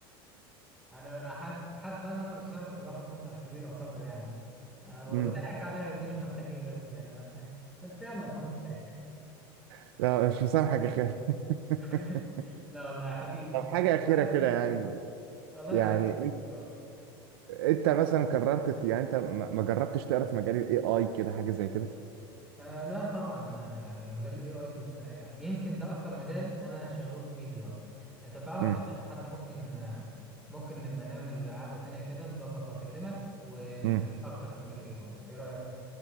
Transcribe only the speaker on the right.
أمم.
<laughs> لا مش مسامحك يا خالد <laughs>
طب حاجه اخيره
كده
يعني
يعني
انت
انت مثلا قررت ت- يعني انت ما ما جربتش تقرا في مجال الاي اي كده حاجه زي كده
امم
امم